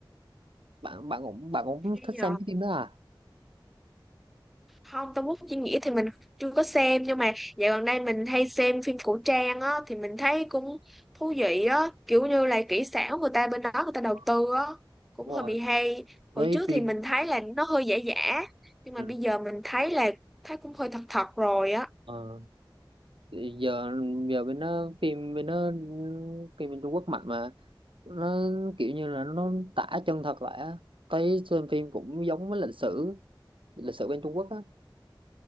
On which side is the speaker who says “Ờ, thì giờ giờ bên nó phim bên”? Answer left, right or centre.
Right